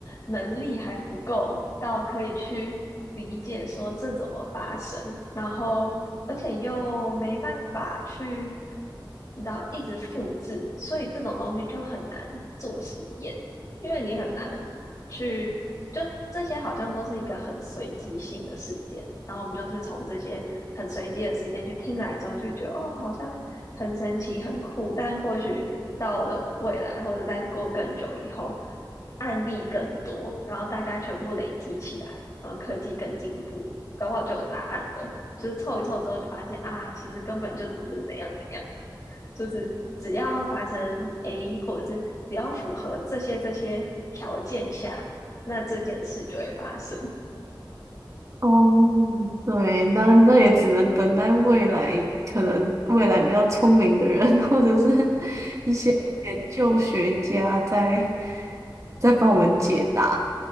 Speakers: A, on the left (about 45°); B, on the right (about 40°).
A: 能力还不够到可以去理解说这怎么发生，然后而且又没办法去，你知道，一直复制，所以这种东西就很难做实验，因为你很难去，就这些好像都是一个很随机性的事件，然后我们就是从这些很随机的事件去听来之后，就会觉得哦，好像很神奇、很酷，但或许到了未来或者再过更久以后，案例更多，然后大家全部累积起来，然后科技更进步，搞不好就有答案了。就是凑一凑之后，就发现啊，其实根本就只是怎样怎样，就是只要发生 A，或者是只要符合这些这些条件下，那这件事就会发生。
B: 哦，对，那那也只能等待未来，可能未来比较聪明的人，<laughs> 或者是 <laughs> 研究学家在在帮我们解答。